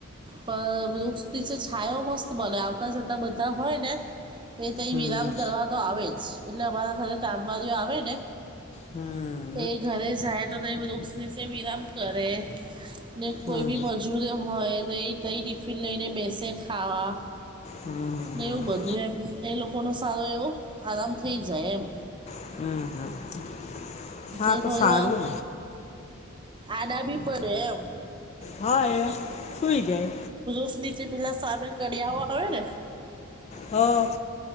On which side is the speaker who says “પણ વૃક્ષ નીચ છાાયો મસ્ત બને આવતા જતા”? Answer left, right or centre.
Right